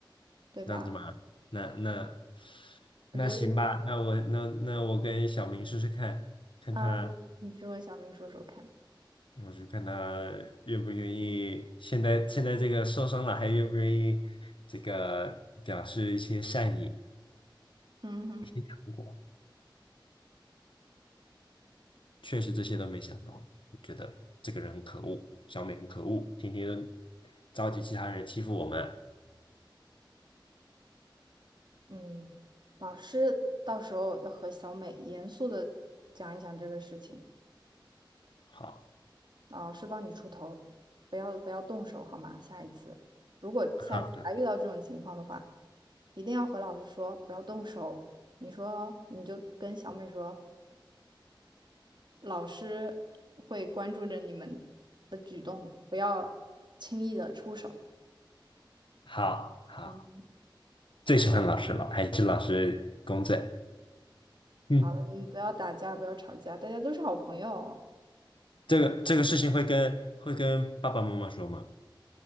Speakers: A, on the right; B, on the left.
A: 对吧？
B: 这样子吗？那那
A: 我觉得
B: 那行吧，那我那那我跟小明试试看，看他。
A: 啊、你你去和小美说说看。
B: 我就看他愿不愿意，现在现在这个受伤了还愿不愿意这个表示一些善意。
A: 嗯哼。
B: 如确实这些都没想到，就觉得这个人很可恶，小美很可恶，天天都召集其他人欺负我们。
A: 嗯，老师到时候要和小美严肃的讲一讲这个事情，
B: 好，
A: 老师帮你出头，不要不要动手好吗？下一次，如果下一次还遇到这种情况的话，
B: <laughs> 好的，
A: 一定要和老师说不要动手。你说你就跟小美说，老师会关注着你们的举动的不要轻易的出手。
B: 好好，
A: 嗯，
B: 最喜欢老师了，还是老师公正。嗯，
A: 好了，你们不要打架，不要吵架，大家都是好朋友哦。
B: 这个这个事情会跟会跟爸爸妈妈说吗？